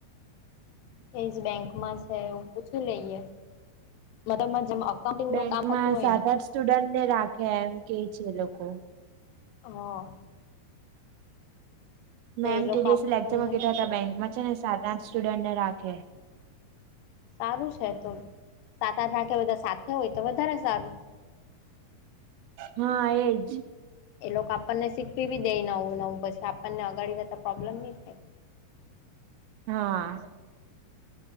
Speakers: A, on the left; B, on the right.
A: એજ બેંકમાં છે એવું પૂછી લઈએ મબ જેમ. અકાઉન્ટિંગનું
B: બેંકમાં
A: કામ થતું હોય
B: સાત
A: ને
B: આઠ સ્ટુડન્ટને રાખે એમ કે છે એ લોકો.
A: હા. તો
B: મેમ
A: એ
B: ટીડીએસી
A: લોકો આપણને
B: લેક્ચરમાં કીધા હતા બેંકમાં છે ને સાત આઠ સ્ટુડન્ટને રાખે.
A: સારું છે તો સાત આઠ રાખે બધા સાથે હોય તો વધારે સારું.
B: હા એજ.
A: એ લોકો આપણને શીખવી બી દઈ નવું નવું પછી આપણને અગાડી જતા પ્રોબ્લેમ નહી થાય.
B: હા.